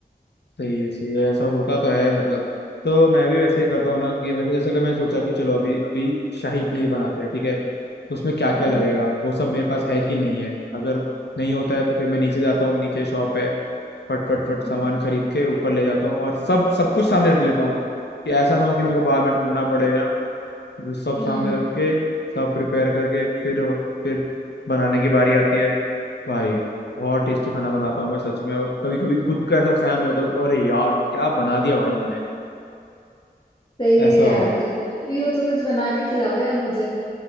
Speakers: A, on the left; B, on the left.
A: सही है सही है ऐसा होता तो है मतलब तो मैं भी वैसे ही करता हूँ ना कि मैं जैसे कि मैं सोचा कि चलो अभी अभी शाही पनीर बनाते हैं ठीक है तो उसमें क्या क्या
B: हम्म
A: लगेगा वो सब मेरे पास है कि नहीं है अगर नहीं होता है तो फिर मैं नीचे जाता हूँ नीचे शॉप है फट फट फट सामान
B: हम्म
A: खरीद के ऊपर ले जाता हूँ और सब सब कुछ सामने रख लेता हूँ कि ऐसा ना हो कि मेरे को बाद में ढूंढना पड़े ना। जो सब
B: हम्म
A: सामने रख के सब प्रिपेयर करके फिर फिर बनाने की बारी आती है भाई बहुत टेस्टी खाना बनाता हूँ मैं सच में और कभी कभी खुद का ऐसा फैन हो जाता हूँ अरे यार क्या बना दिया भाई मैंने
B: सही
A: ऐसा
B: है यार
A: होता है
B: तो कब फ्री हो तो कुछ बना के खिलाओ यार मुझे